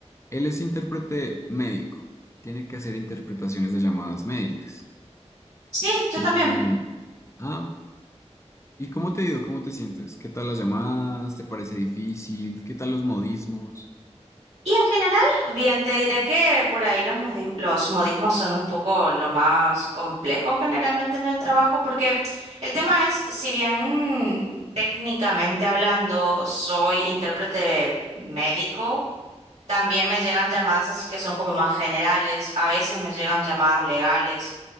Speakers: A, on the left; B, on the right.
A: Él es intérprete médico. Tiene que hacer interpretaciones de llamadas médicas.
B: sí, yo
A: Y,
B: también.
A: ah, ¿y cómo te ha ido? ¿Cómo te sientes? ¿Qué tal las llamadas? ¿Te parece difícil? ¿Qué tal los modismos?
B: Y en general, bien, te diré que por ahí los, modi- los modismos son un poco lo más complejo generalmente en el trabajo, porque el tema es, si bien técnicamente hablando soy intérprete médico, también me llegan llamadas así que son como más generales, a veces me llegan llamadas legales.